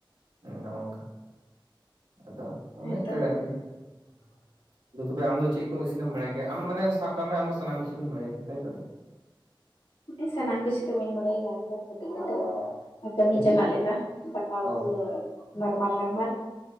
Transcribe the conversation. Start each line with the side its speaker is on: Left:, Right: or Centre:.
Right: ᱱᱚᱜᱼᱚ ᱱᱚᱝᱠᱟ, ᱟᱫᱚ ᱚᱱᱮ
Left: ᱦᱮᱸᱛᱚ
Right: ᱚᱱᱠᱟ ᱜᱮ ᱟᱨᱠᱤ ᱾
Left: <inaudible>
Right: ᱟᱫᱚ ᱛᱚᱵᱮ ᱟᱢ ᱫᱚ ᱪᱮᱫ ᱠᱚ ᱤᱥᱤᱱᱮᱢ ᱵᱟᱲᱟᱭ ᱜᱮᱭᱟ ᱾ ᱢᱟᱱᱮ ᱥᱟᱵ ᱠᱟᱜ ᱢᱮ ᱟᱢ ᱥᱟᱱᱟᱢ ᱠᱤᱪᱷᱩᱢ ᱵᱟᱲᱟᱭᱟ, ᱛᱟᱭᱛᱚ᱾
Left: ᱤᱧ ᱥᱟᱱᱟᱢ ᱠᱤᱪᱷᱩ ᱫᱚ ᱵᱟᱹᱧ ᱵᱟᱲᱟᱭ ᱜᱮᱭᱟ ᱚᱱᱠᱟ ᱠᱟᱹᱴᱤᱡ ᱠᱟᱹᱴᱤᱡᱼᱼ ᱠᱟᱹᱢᱤ
Right: ᱠᱟᱹᱴᱤᱡ
Left: ᱪᱟᱞᱟᱜ ᱞᱮᱠᱟ, ᱫᱟᱠᱟ
Right: ᱚ
Left: ᱩᱛᱩ ᱱᱚᱨᱢᱟᱞ ᱱᱚᱨᱢᱟᱞ ᱾